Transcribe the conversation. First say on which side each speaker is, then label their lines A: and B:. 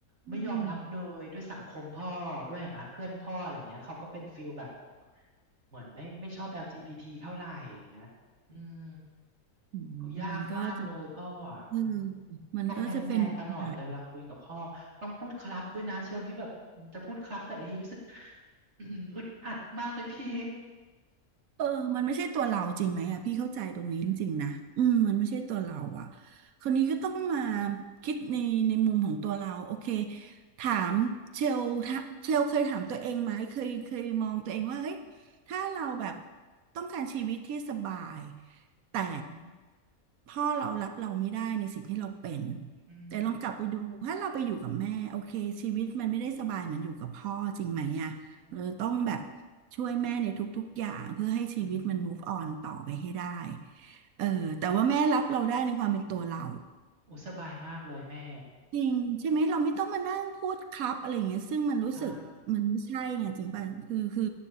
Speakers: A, on the right; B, on the right.
A: อืม
B: ไม่ยอมรับเลยด้วยสังคมพ่อด้วยอะนะเพื่อนพ่ออะไรเงี้ยเขาก็เป็นฟิลแบบเหมือนไม่ไม่ชอบ LGBT เท่าไหร่อย่างเงี้ยอืม
A: อืมมันก็จะ
B: คือยากมากเลยพ่ออ่ะอืม
A: เออมันก็จะเป็นปัญหา
B: ต้องแอปแมนตลอดเลยเวลาคุยกับพ่อ ต้องพูดครับด้วยนะเชลนี่แบบจะพูดครับแต่ละทีรู้สึก <clears throat> อึดอัดมากเลยพี่
A: เออมันไม่ใช่ตัวเราจริงไหมอะพี่เข้าใจตรงนี้จริงๆนะอืมมันไม่ใช่ตัวเราอะ
B: อืม
A: คนนี้ก็ต้องมาคิดในในมุมของตัวเราโอเคถามเชลถ้าเชลเคยถามตัวเองไหมเคยเคยมองตัวเองว่าเฮ้ยถ้าเราแบบต้องการชีวิตที่สบายแต่
B: อืม
A: พ่อเรารับเราไม่ได้ในสิ่งที่เราเป็น
B: อืม
A: แต่ลองกลับไปดูถ้าเราไปอยู่กับแม่โอเคชีวิตมันไม่ได้สบายเหมือนอยู่กับพ่อจริงไหมอะเราจะต้องแบบ
B: อืม
A: ช่วยแม่ในทุกๆอย่างเพื่อให้ชีวิตมัน
B: อืม
A: move on ต่อไปให้ได้เออแต่ว่าแม่รับเราได้ในความเป็นตัวเรา
B: โอ้สบายมากเลยแม่
A: จริงใช่ไหมเราไม่ต้องมานั่งพูดครับอะไรอย่างเงี้ยซึ่งมันรู้สึกมันไม่ใช่ไงจริงป่ะคือคือ
B: ใช่อืม